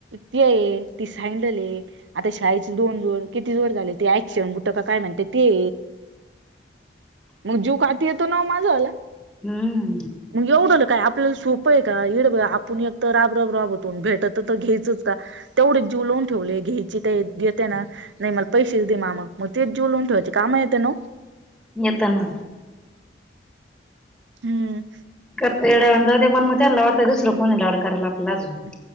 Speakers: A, on the right; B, in the centre.
A: ती आहे ती सँडल आहे आता शाळेची दोन जोड किती जोड झाले. ते ऐ शेवण बुट का काय म्हणते ते. मग जीव कााती येतो ना माझा आला
B: हम्म.
A: मग एवढंलं काय आपल्याला सोपं आहे का इड आपण एकत राबराब राब होतो भेटत. तर घ्यायच का तेवढे जिव लावून ठेवले घ्यायची देत ना. नाही मला पैसेच दे मामा मग तेच जीव लावून ठेवायचे कामा येते ना.
B: इ त्यां ना.
A: हम्म.
B: करत येड्या बधव पण म त्यांना वाटतंय दुसर कोणी लड करायला आपला अजून.
A: ह.